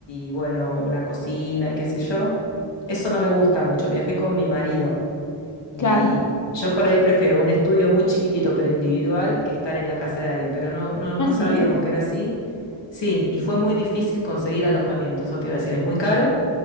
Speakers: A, on the left; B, on the left.
A: y, bueno, una cocina y qué sé yo. Eso no me gusta mucho. Viajé con mi marido y
B: claro.
A: yo por ahí prefiero un estudio muy chiquitito pero individual que estar en la casa de alguien, pero no, no, no
B: Ah, sí.
A: sabíamos que era así. Sí, y fue muy difícil conseguir alojamiento, eso te iba a decir, es muy caro